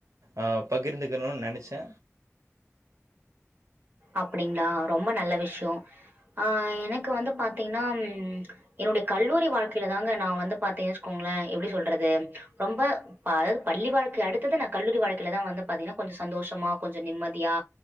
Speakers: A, on the right; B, on the right.
A: அ பகிர்ந்துக்கணுன் நினச்சே
B: அப்படிங்களா ரொம்ப நல்ல விஷ்யோ அ எனக்கு வந்து பாத்தீங்ன்னா ம் என்னுடைய கல்லூரி வாழ்க்கையில தாங்க நா வந்து பாத்தே வச்சுக்கோங்களே எப்படி சொல்றது ரொம்ப ப்ப அதாவது பள்ளி வாழ்க்கை அடுத்தது நா கல்லூரி வாழ்க்கையிலதா வந்து பாத்தீங்கன்னா கொஞ்ச சந்தோஷமா கொஞ்ச நிம்மதியா